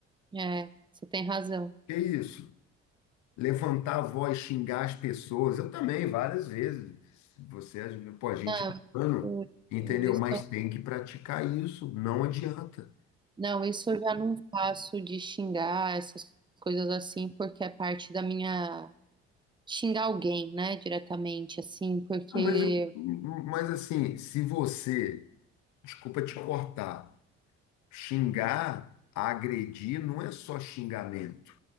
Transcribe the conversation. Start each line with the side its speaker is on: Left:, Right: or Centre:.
Right: É, você tem razão.
Left: Que isso? Levantar a voz, xingar as pessoas. Eu também, várias vezes. Você, pô, a gente
Right: Não,
Left: é humano,
Right: eu-
Left: entendeu?
Right: eu- isso,
Left: Mas tem que praticar isso, não adianta.
Right: não, isso eu já não faço de xingar essas coisas assim, porque é parte da minha. Xingar alguém, né, diretamente, assim, porque.
Left: Ah, mas, eu- mas assim, se você, desculpa te cortar, Xingar, agredir, não é só xingamento.